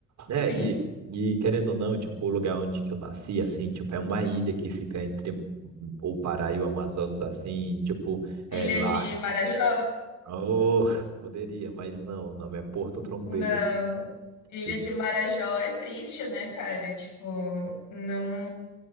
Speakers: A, on the left (about 85°); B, on the right (about 70°).
A: sim.
B: É, e, e querendo ou não, tipo, o lugar onde que eu nasci, assim, tipo, é uma ilha que fica entre o Pará e o Amazonas assim, tipo, é
A: Ilha
B: lá.
A: de Marajó?
B: Oh, poderia, mas não, o nome é Porto
A: <laughs>
B: Trombetas.
A: Não. Ilha
B: E
A: de Marajó é triste, né, cara? Tipo, não,